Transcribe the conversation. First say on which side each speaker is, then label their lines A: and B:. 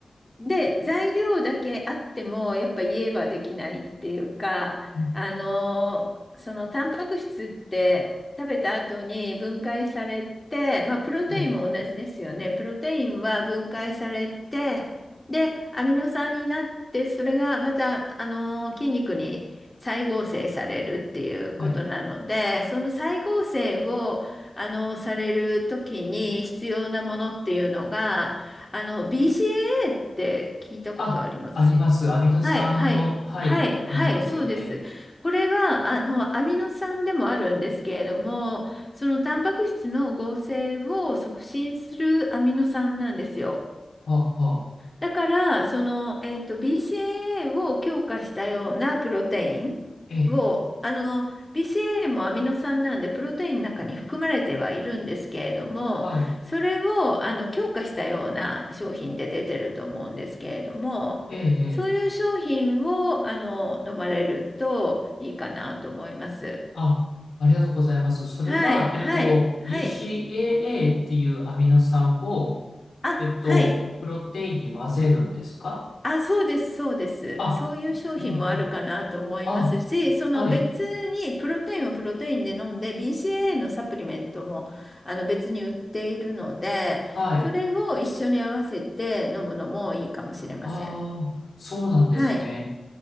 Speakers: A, on the left; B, on the left.
A: で、材料だけあっても、やっぱ家はできないっていうか、
B: うん
A: あのそのタンパク質って食べた後に分解されて、まあ、プロテインも同じですよね。
B: はい、
A: プロテインは分解されて、で、アミノ酸になって、それがまた、あの筋肉に再合成されるっていうことなので、
B: はい。
A: その再合成を、あのされる時に必要なものっていうのが、あの b c a ーって聞いたことあります。
B: あ、あります。アミノ酸の、
A: はい、はい、
B: はい、
A: はい、はい、
B: ものですよね。
A: そうです。これは、あの、アミノ酸でもあるんですけれども、そのタンパク質の合成を促進するアミノ酸なんですよ。
B: はあ、はあ、
A: だから、その、えっと、BCAA を強化したようなプロテイン
B: ええ。
A: を、あの、BCAA もアミノ酸なんで、プロテインの中に含まれてはいるんですけれども、
B: はい。
A: それを、あの、強化したような商品って出てると思うんですけれども、
B: ええ、ええ。
A: そういう商品を、あの、飲まれるといいかなと思います。
B: あ、ありがとうございます。それは、
A: はい、
B: えっと、
A: はい、はい。
B: BCAA っていうアミノ酸を、
A: あ、
B: えっと、
A: はい。
B: プロテインに混ぜるんですか
A: あ、そうです、そうです。
B: あ、
A: そういう商品もあるかなと思いますし、
B: はい、あ、
A: その別にプロテインをプロテインで飲んで、
B: はい、
A: BCAA のサプリメントもあの別に売っているので、
B: はい。
A: それを一緒に合わせて飲むのもいいかもしれません。
B: ああ、そうなんですね。
A: はい。